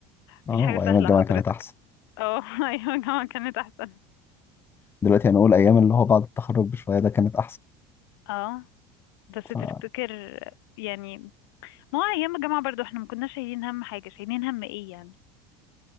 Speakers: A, on the left; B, on the left.
A: مفيش
B: اه
A: حاجة
B: وايام
A: سهلة
B: الجامعه
A: حضرتك
B: كانت احسن
A: اه <laughs> ايوه الجامعة كانت احسن
B: دلوقتي هنقول ايام اللي هو بعد التخرج بشويه ده كانت
A: اه بس تفتكر
B: احسن
A: يعني ما هو ايام الجامعة برضو احنا ما كناش شايلين هم حاجة شايلين هم ايه يعني